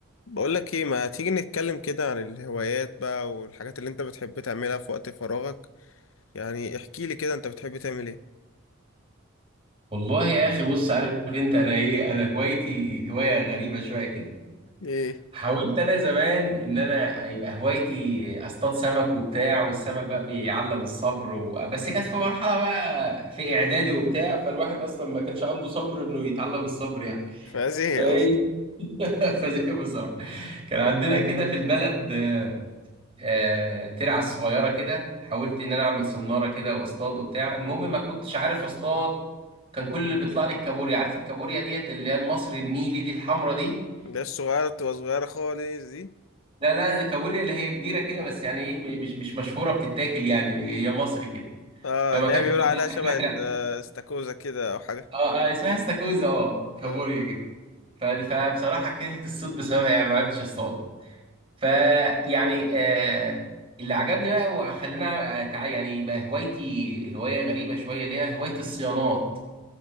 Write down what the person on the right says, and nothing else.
والله يا اخي بص عارف انت انا ايه انا هوايتي هوايه غريبه شويه كده
حاولت انا زمان ان انا يبقى هوايتي اصطاد سمك وبتاع والسمك بقى بيعلم الصبر و... بس كانت في مرحله بقى في اعدادي وبتاع فالواحد اصلا ما كانش عنده صبر انه يتعلم الصبر يعني
فايه
<laughs> فزي بصراحه كان عندنا كده في البلد آه، ترعة صغيرة كده حاولت إن أنا أعمل صنارة كده وأصطاد وبتاع المهم ما كنتش عارف أصطاد كان كل اللي بيطلع لي الكابوريا عارف الكابوريا ديت اللي هي المصري النيلي دي الحمرا دي
لا لا الكابوريا اللي هي كبيرة كده بس يعني إيه م- مش مش مشهورة بتتاكل يعني هي مصري كده
فما
كانت
<laughs> إحنا في
آه آه، اسمها استاكوزا آه كابوريا
كده ف- فبصراحة كرهت الصيد بسببها يعني ما عرفتش أصطاد فيعني آه اللي عجبني بقى وخلاني أتع- يعني يبقى هوايتي هوايه غريبه شويه اللي هي هوايه الصيانات